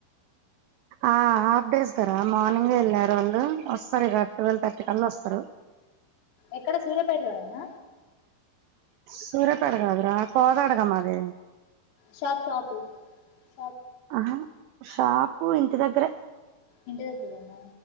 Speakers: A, on the right (about 85°); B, on the left (about 60°).
A: ఆ హాఫ్ డేస్ గారా మార్నింగ్ వెళ్ళారు అండీ వస్తారు ఇక ట్వెల్వ్ థర్టీ కల్లా వస్తారు
B: ఎక్కడ సూర్యపేటలోనేనా
A: సూర్యాపేట కాదురా కోదడా గ మాది
B: షాపు షాపు ష
A: ఆహా షాపు ఇంటి దగ్గరె
B: ఇంటి దగ్గరేనా